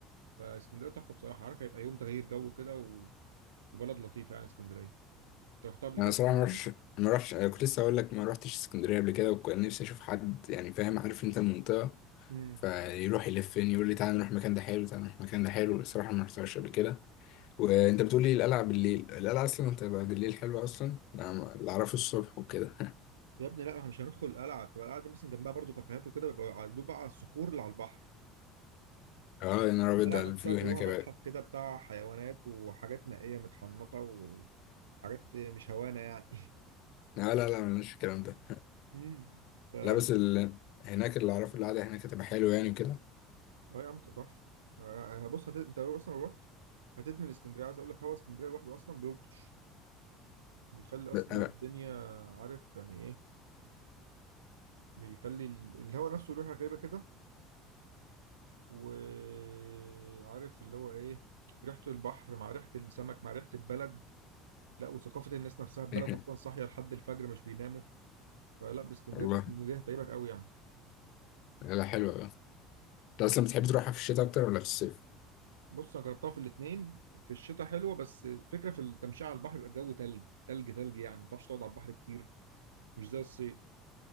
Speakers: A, on the right; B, on the left.
A: فاسكندريه تحفه بصراحه عارف هيبقى يوم تغيير جو كده و... وبلد لطيفه يعني اسكندريه انت رحتها قبل
B: أنا
A: كده اسكندريه
B: صراحة ما رحتش
A: دي؟
B: ما رحتش أنا كنت لسه هقول لك ما رحتش اسكندرية قبل كده وكان نفسي أشوف حد يعني فاهم عارف أنت المنطقة
A: امم
B: فيروح يلفني يقول لي تعالى نروح المكان ده حلو تعالى نروح المكان ده حلو الصراحة ما رحتهاش قبل كده وأنت بتقول لي القلعة بالليل القلعة أصلا بتبقى بالليل حلوة أصلا أنا اللي أعرفه الصبح وكده <laughs>
A: يا ابني لا احنا مش هندخل القلعه بتبقى القلعه دي مثلا جنبها برضو كافيهات وكده بيبقى على- دوب بقى على الصخور اللي على البحر
B: أه يا نهار أبيض
A: القلعه
B: ده
A: نفسها
B: الفيو
A: جواها
B: هناك يا
A: متحف
B: بقى
A: كده بتاع حيوانات وحاجات مائيه متحنطه وحاجات مش هوانه يعني
B: لا لا لا ملناش في الكلام ده
A: <laughs> امم
B: لا بس ال... هناك اللي أعرفه القعدة هناك هتبقى حلوة يعني وكده
A: اه يا عم تبقى تحفه آه، انا بص هت... انت اصلا لو اصلا رحت هتدمن اسكندريه عايز اقول لك هوا اسكندريه لوحده اصلا بيلطش بيخلي
B: ب-
A: اصلا الدنيا عارف يعني ايه بيخلي ال- الهوا نفسه ريحه غريبه كده وعارف اللي هو ايه ريحه البحر مع ريحه السمك مع ريحه البلد لا وثقافه الناس نفسها البلد
B: <laughs>
A: اصلا صاحيه لحد الفجر مش بيناموا فلا باسكندريه
B: والله
A: اسكندريه هتعيبك قوي يعني
B: لا حلوة انت اصلا بتحب تروحها في الشتاء اكتر ولا في الصيف؟
A: بص انا جربتها في الاثنين في الشتاء حلوه بس الفكره في التمشيه على البحر بيبقى الجو تلج تلج تلج يعني ما تعرفش تقعد على البحر كتير مش زي الصيف